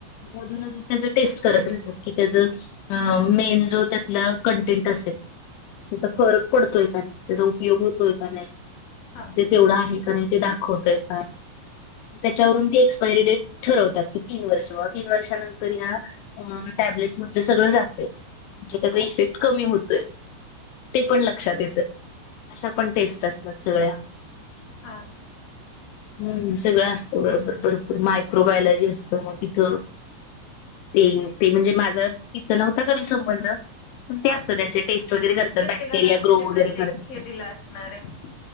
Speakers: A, on the left; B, on the left.
A: मधून अधून त्याज टेस्ट करत राहतात. की त्याज अ मेन जो त्यातला कंटेंट अस त्याचा फरक पडतोय का नाही, त्याचा उपयोग होतोय का नाही.
B: हा
A: ते तेवढं आहे का नाही ते दाखवतय का. त्याच्यावरून ते एक्पायरी डेट ठरवत्यात की तीन वर्ष बाबा, तीन वर्षानंतर ह्या टॅबलेट सगळ जातय, त्याचा इफेक्ट कमी होतोय. ते पण लक्षात येतं. अशा पण टेस्ट असतात सगळ्या.
B: हा.
A: हम्म सगळं असतं बरोबर भरपूर मायक्रोबायलॉजी असत मग इथं. ते ते म्हणजे माझा तिथं नव्हता कधी संबंध. पण ते
B: हा
A: असत त्यांचे टेस्ट वगैरे करतात.
B: प्रत्येकाला
A: बॅक्टेरिया
B: म्हणजे
A: ग्रो वगैरे
B: प्रत्येक
A: करतात.
B: हे दिला असणार आहे